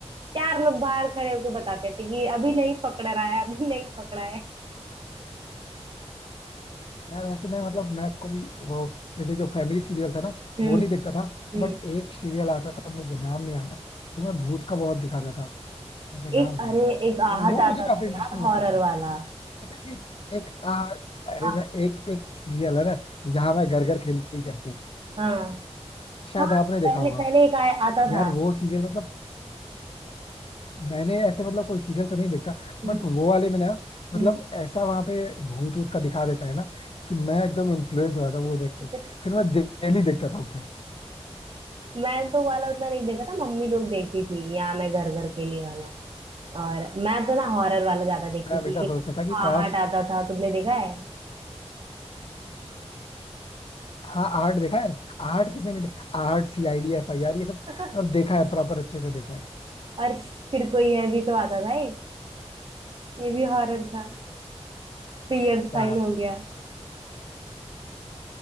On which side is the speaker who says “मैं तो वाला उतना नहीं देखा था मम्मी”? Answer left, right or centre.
Right